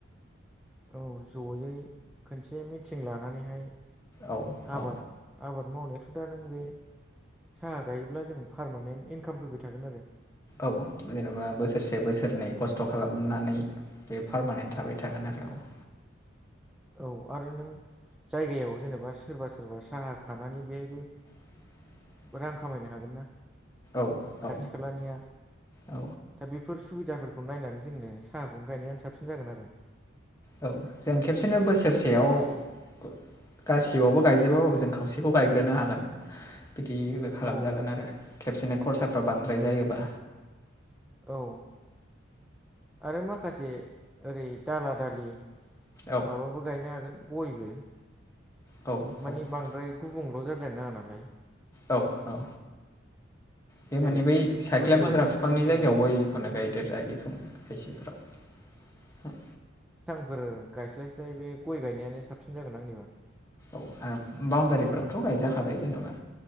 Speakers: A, in the centre; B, on the left.
A: औ जयै खनसे मिटिं लानानैहाय
B: औ
A: आबाद
B: औ
A: आबाद मावनायाथ' दा नों बे साहा गायोब्ला जों पारमानेन्ट इनकाम फैबाय थागोन आरो।
B: औ जेनेबा बोसोरसे बोसोरनै खस्थ' खालामनानै बे पारमानेन्ट थाबाय थागोन आरो। औ
A: औ आरो नों जायगायाव जेनेबा सोरबा सोरबा साहा खानानै बेबो
B: <inaudible>
A: रां खामायनो हागोन ना
B: औ औ
A: खाथि खालानिया
B: औ
A: दा बे बेफोर सुबिदाफोरखौ नायनानै जोङो साहाखौनो गायनायानो साबसिन जागोन आरो।
B: औ जों खेबसेनो बोसोरसेयाव
A: ओमफ्राय
B: ग गासिबावबो गायजोबाबाबो जों खावसेखौ गायग्रोनो हागोन बिदिबो खालामजागोन
A: औ
B: आरो। खेबसेनो खरसाफ्रा बांद्राय जायोबा
A: औ आरो माखासे ओरै दाला दालि
B: औ
A: माबाबो गायनो हागोन। गयबो
B: औ
A: माने
B: औ
A: बांद्राय गुबुंल' जाद्राय नाङा नालाय।
B: औ औ बे
A: जेरै
B: माने बै साइख्लम
A: गोदो
B: होग्रा बिफांनि
A: गोदोनि
B: जायगायाव गयखौनो गायदेर जायो खोमा। खायसेफोराव
A: फोर गायस्लायस्लाय बे गय गायनायानो साबसिन जागोन आंनिबा
B: औ आरो बाउणडारिफोरावथ' गायजाखाबाय जेन'बा